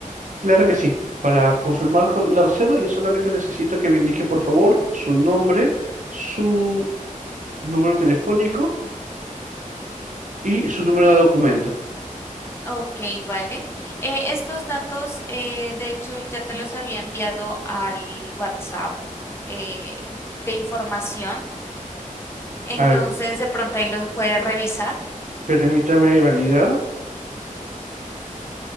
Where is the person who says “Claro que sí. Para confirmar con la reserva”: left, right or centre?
Right